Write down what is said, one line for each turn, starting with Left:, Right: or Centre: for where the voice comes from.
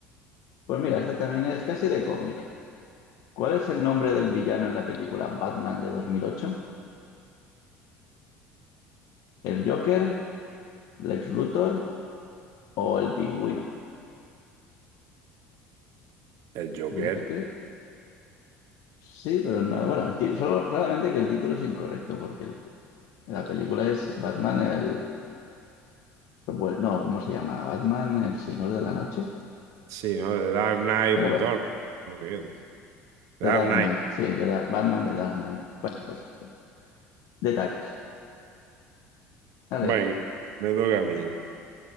Left: Pues mira, esta también es casi de cómic. ¿Cuál es el nombre del villano en la película Batman de 2008? ¿El Joker, Lex Luthor o el Pingüino?
Right: El Joker.
Left: Yo eso creo. Sí, pero no. Bueno, el ti- solo, solamente que el título es incorrecto porque el- la película es Batman el... bueno, No, ¿cómo se llama? ¿Batman el Señor de la Noche?
Right: Sí, ¿no? The Dark Knight
Left: Pero
Right: Return.
Left: bueno,
Right: No sé qué. The
Left: The
Right: Dark
Left: Dark
Right: Knight.
Left: Knight, sí, The Dark, Batman, The Dark Knight. Bueno, pues, pues, detalles. Dale.
Right: Venga, me toca a mí.